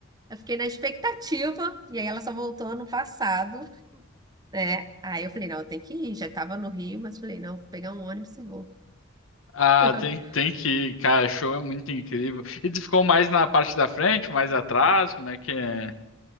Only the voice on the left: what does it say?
Ah,
tem, tem que ir, cara, show é muito incrível. E tu ficou mais na parte da frente, mais atrás, como é que é?